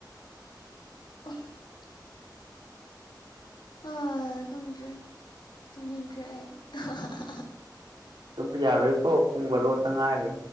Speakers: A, on the left (about 80°); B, on the right (about 80°).
A: ꯑꯐ <inaudible> ꯑ ꯈꯪꯗ꯭ꯔꯦ ꯇꯨꯝꯅꯤꯡꯈ꯭ꯔꯦ ꯑꯩ <unintelligible>
B: ꯑꯗꯨꯝ ꯌꯥꯔꯣꯏꯀꯣ ꯄꯨꯡ ꯔꯣꯇꯪ ꯉꯥꯏꯑꯒꯦ